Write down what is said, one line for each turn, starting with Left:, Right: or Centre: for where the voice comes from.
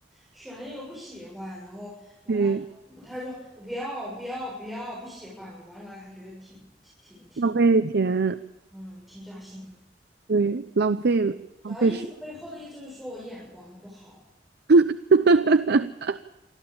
Centre: 选了又不喜欢，然后完了，
Right: <laughs> 对。
Centre: 他还说我不要不要不要不喜欢了。完了完了还觉得挺挺挺挺
Right: 浪费钱，
Centre: 嗯挺扎心，
Right: 对，浪费了，
Centre: 主要意思背后的意思就是说我眼光不好，
Right: 浪费时，<laughs>